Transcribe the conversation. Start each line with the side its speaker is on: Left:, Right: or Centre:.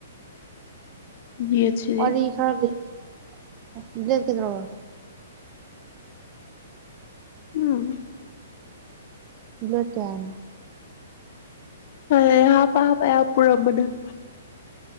Left: ꯅꯦꯠꯁꯤꯗꯤ
Right: ꯋꯥꯔꯤ ꯈꯔꯗꯤ <unintelligible> ꯀꯩꯗ꯭ꯔꯣꯕ
Left: ꯎꯝ
Right: <unintelligible> ꯀꯩ ꯍꯥꯏꯅ‌ꯣ
Left: ꯍ ꯍꯥꯞꯄ ꯍꯥꯞꯄ ꯌꯥꯝ ꯄꯨꯔꯝꯕꯅ‌ꯦ